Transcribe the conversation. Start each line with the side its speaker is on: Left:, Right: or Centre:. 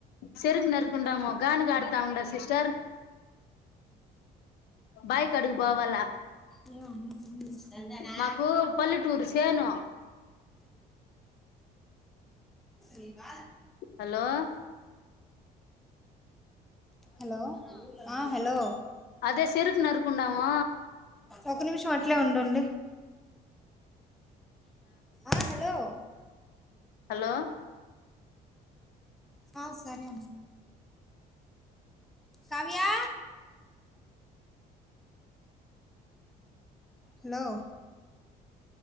Left: చెరుకు నరకకుండా మొగానికి కడుతా ఉండా సిస్టర్ బాయకాటికి పోవాల
Centre: ఏయ్ అదేనా
Left: మాకు పల్లెటూరు చేను
Centre: ఏమనవా
Left: హలో
Centre: హలో! ఆ హలో!
Left: అదే చెరుకు నరుకుండాము
Centre: ఒక నిమిషం అట్లే ఉండండి. ఆ హలో!
Left: హలో
Centre: ఆ సరే నవ్యా హలో